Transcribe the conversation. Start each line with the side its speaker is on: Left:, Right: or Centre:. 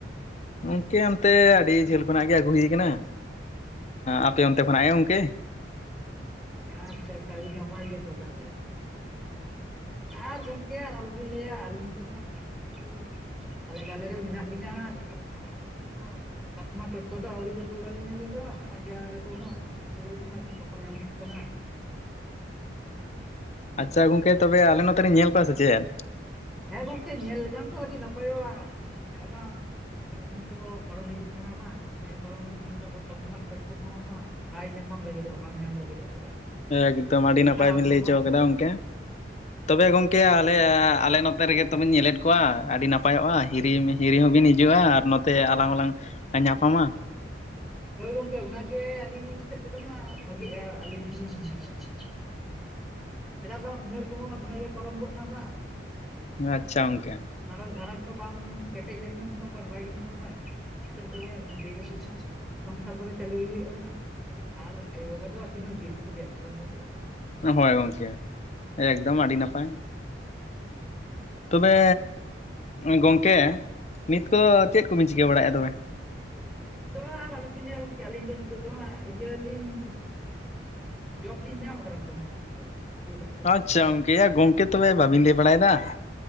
Left: ᱜᱚᱢᱠᱮ ᱚᱱᱛᱮ ᱟᱹᱰᱤ ᱡᱷᱟᱹᱞ ᱠᱷᱚᱱᱟᱜ ᱜᱮ ᱟᱹᱜᱩ ᱦᱳᱭ ᱟᱠᱟᱱᱟ ᱟᱯᱮ ᱚᱱᱛᱮ ᱠᱷᱚᱱᱟᱜ ᱮ ᱜᱚᱢᱠᱮ ᱾
Centre: ᱟᱪᱪᱷᱟ ᱟᱪᱪᱷᱟ ᱟᱹᱰᱤ ᱱᱟᱯᱟᱭ ᱜᱮ ᱛᱚᱵᱮ ᱛᱟᱦᱚᱞᱮ ᱾ ᱟᱨ ᱜᱚᱢᱠᱮ ᱟᱞᱚᱵᱤᱱ ᱞᱟᱹᱭᱟ ᱟᱹᱞᱤᱧ ᱛᱮᱢᱟ ᱱᱚᱝᱠᱟ ᱜᱮ, ᱦᱟᱞᱮ ᱰᱟᱞᱮ ᱨᱮ ᱢᱮᱱᱟᱜ ᱞᱤᱧᱟᱹ ᱦᱟᱸᱜ ᱱᱤᱛᱚᱜ ᱦᱚᱸ ᱮᱠᱷᱚᱱ ᱦᱚᱸ, ᱠᱟᱥᱢᱟ ᱴᱚᱴᱠᱚ ᱫᱚ ᱟᱹᱣᱨᱤ ᱠᱚ ᱛᱚᱞᱟᱞᱤᱧᱟ ᱟᱹᱞᱤᱧ ᱫᱚ ᱦᱟᱸᱜ ᱯᱟᱸᱡᱟᱭ ᱫᱟᱠᱚ ᱦᱟᱸᱜ ᱾ ᱪᱮᱨᱳ ᱠᱚ ᱱᱟᱠᱷᱟᱱ ᱵᱟᱠᱚ ᱧᱟᱢᱚᱜ ᱠᱟᱱᱟ ᱾
Left: ᱟᱪᱪᱷᱟ ᱜᱚᱢᱠᱮ ᱛᱚᱵᱮ ᱟᱞᱮ ᱱᱚᱛᱮ ᱨᱮᱧ ᱧᱮᱞ ᱠᱚᱣᱟ ᱥᱮ ᱪᱮᱫ?
Centre: ᱦᱮᱸ ᱜᱚᱢᱠᱮ ᱧᱮᱞ ᱞᱮᱠᱷᱟᱱ ᱛᱚ ᱟᱹᱰᱤ ᱱᱟᱯᱟᱭᱚᱜ-ᱟ, ᱪᱮᱫᱟᱜ ᱵᱟᱝ? ᱩᱢᱮᱨ ᱠᱚᱦᱚᱸ ᱛᱚ ᱯᱟᱨᱚᱢ ᱤᱫᱤᱜ ᱠᱟᱱᱟ ᱵᱟᱝ ᱩᱢᱮᱨ ᱯᱟᱨᱚᱢ ᱞᱮᱱᱠᱷᱟᱱ ᱠᱟᱥᱢᱟᱨ ᱴᱚᱴᱠᱚ ᱠᱚᱦᱚᱸ ᱦᱟᱸᱜ ᱵᱟᱭ ᱧᱟᱯᱟᱢ ᱞᱟᱹᱜᱤᱫᱚᱜ-ᱟ ᱵᱟᱝ ᱧᱟᱢ ᱞᱟᱹᱜᱤᱫᱚᱜ-ᱟ ᱵᱟᱝ?
Left: ᱮᱠᱫᱚᱢ ᱟᱹᱰᱤ
Centre: ᱵᱟᱪᱷᱟᱣ
Left: ᱱᱟᱯᱟᱭ ᱵᱤᱱ
Centre: ᱟᱠᱚ
Left: ᱞᱟᱹᱭ
Centre: ᱵᱟᱝ
Left: ᱦᱚᱪᱚ ᱟᱠᱟᱫᱟ ᱜᱚᱢᱠᱮ ᱾ ᱛᱚᱵᱮ ᱜᱚᱢᱠᱮ ᱟᱞᱮ ᱟᱞᱮ ᱱᱚᱛᱮ ᱨᱮᱜᱮ ᱛᱚᱵᱮᱧ ᱧᱮᱞᱮᱫ ᱠᱚᱣᱟ ᱟᱹᱰᱤ ᱱᱟᱯᱟᱭᱚᱜ-ᱟ ᱾ ᱦᱤᱨᱤ ᱦᱤᱨᱤ ᱦᱚᱸᱵᱤᱱ ᱦᱤᱡᱩᱜ-ᱟ ᱟᱨ ᱱᱚᱛᱮ ᱟᱞᱟᱝ ᱦᱚᱞᱟᱝ ᱧᱟᱯᱟᱢᱟ᱾
Centre: ᱦᱳᱭ ᱜᱚᱢᱠᱮ ᱚᱱᱟᱜᱮ ᱟᱹᱞᱤᱧ ᱥᱮᱫ ᱛᱮᱫᱚ ᱦᱸᱟᱜ ᱵᱷᱟᱜᱤᱜ-ᱟ ᱟᱹᱞᱤᱧ ᱦᱚᱸᱞᱤᱧ ᱢᱚᱱᱮᱭᱮᱫᱟ ᱾ ᱪᱮᱫᱟᱜ ᱵᱟᱝ ᱩᱢᱮᱨ ᱠᱚ ᱦᱚᱸ ᱫᱚᱢᱮ ᱜᱮ ᱯᱟᱨᱚᱢ ᱜᱚᱫ ᱱᱟ ᱵᱟᱝ,
Left: ᱟᱪᱪᱷᱟ ᱜᱚᱝᱠᱮ,
Centre: ᱟᱫᱚ ᱜᱷᱟᱨᱚᱸᱧᱡᱽ ᱦᱚᱸ ᱵᱟᱢ ᱠᱮᱴᱮᱡ ᱞᱮᱠᱷᱟᱱ ᱟᱵᱟᱨ ᱵᱟᱭ ᱜᱟᱱᱚᱜ-ᱟ ᱵᱟᱝ? ᱦᱤᱛᱳᱜ ᱦᱟᱸᱜ ᱱᱤᱡᱮ ᱜᱮᱛᱚ ᱦᱟᱸᱜ ᱥᱚᱝᱥᱟᱨ ᱠᱚᱨᱮ ᱪᱟᱹᱞᱩᱭ ᱦᱩᱭᱩᱜ-ᱟ ᱦᱟᱸᱜ, ᱟᱨ ᱟᱭᱳ ᱵᱟᱵᱟ ᱫᱚ ᱦᱟᱸᱜ ᱛᱤᱱᱟᱹᱜ ᱫᱤᱱ ᱥᱮᱪᱮᱫ ᱵᱟᱝ ᱜᱚᱢᱠᱮ?
Left: ᱦᱳᱭ ᱜᱚᱢᱠᱮ ᱮᱠᱫᱚᱢ ᱟᱹᱰᱤ ᱱᱟᱯᱟᱭ, ᱛᱚᱵᱮ ᱜᱚᱢᱠᱮ ᱱᱤᱛ ᱠᱚ ᱫᱚ ᱪᱮᱫ ᱠᱚᱵᱤᱱ ᱪᱤᱠᱟᱹ ᱵᱟᱲᱟᱭᱮᱫ-ᱟ ᱛᱚᱵᱮ?
Centre: ᱱᱤᱛ ᱫᱚ ᱦᱟᱸᱜ ᱟᱨ ᱟᱞᱚᱵᱤᱱ ᱞᱟᱹᱭᱟ ᱜᱚᱢᱠᱮ ᱟᱹᱞᱤᱧ ᱫᱚ ᱱᱤᱛᱚᱜ ᱫᱚ ᱦᱟᱸᱜ ᱤᱭᱟᱹᱞᱤᱧ, ᱡᱚᱵᱽ ᱞᱤᱧ ᱧᱟᱢ ᱟᱠᱟᱫᱟ ᱛᱚ ᱦᱟᱸᱜ ᱟᱹᱰᱤᱱ ᱨᱮ ᱠᱳᱞᱠᱟᱛᱟ ᱨᱮ ᱾
Left: ᱟᱪᱪᱷᱟ <unintelligible> ᱜᱚᱢᱠᱮ ᱛᱚ ᱵᱮ ᱵᱟᱵᱤᱱ ᱞᱟᱹᱭ ᱵᱟᱲᱟᱭᱮᱫᱟ ᱾